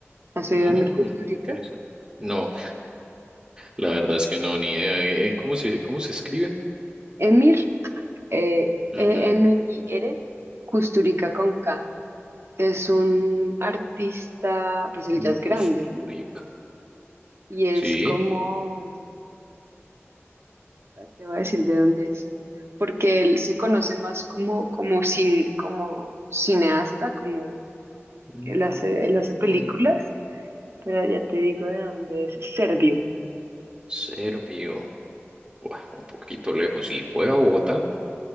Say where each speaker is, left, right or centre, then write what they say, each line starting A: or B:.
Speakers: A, on the right; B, on the right.
A: ¿Has
B: mm,
A: oído de Emir Kusturica?
B: interesante. No, La verdad es que no, ni idea. Eh, eh, ¿cómo se, cómo se escribe?
A: Emir, eh, E-M-I-R,
B: Ujú.
A: Kusturica con K, es un artista, pues él
B: Una
A: ya es
B: Costurica.
A: grande y es
B: Sí.
A: como, te voy a decir de dónde es porque él se conoce más como, como, cin- como cineasta, como
B: Mm,
A: Él hace, él hace películas, pero ya te digo de dónde es, serbio.
B: serbio. Buah, un poquito lejos. Sí, fue a Bogotá.